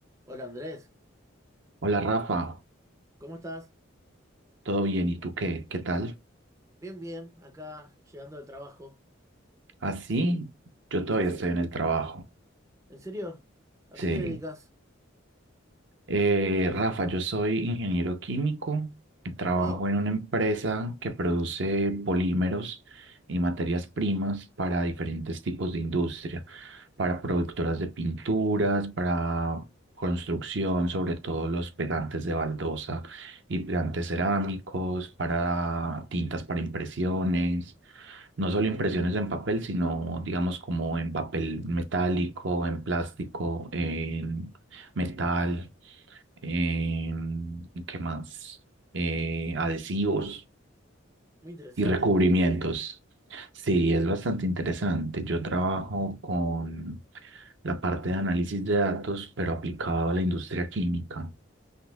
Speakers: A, on the right; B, on the right.
A: Hola Andrés,
B: Hola Rafa,
A: ¿cómo estás?
B: ¿todo bien? ¿Y tú qué? ¿Qué tal?
A: Bien, bien, acá llegando del trabajo.
B: Así, yo todavía
A: Sí, sí.
B: estoy en el trabajo.
A: ¿En serio? ¿A
B: Sí,
A: qué te dedicas?
B: Eh, Rafa, yo soy ingeniero químico, y trabajo
A: Wow,
B: en una empresa que produce polímeros y materias primas para diferentes tipos de industria, para productoras de pinturas, para construcción, sobre todo los pegantes de baldosa y pegantes cerámicos, para tintas para impresiones, no solo impresiones en papel, sino digamos como en papel metálico, en plástico, en metal eh, ¿qué más? Eh, adhesivos
A: muy interesante.
B: y recubrimientos. Sí, es bastante interesante. Yo trabajo con la parte de análisis de datos, pero aplicado a la industria química.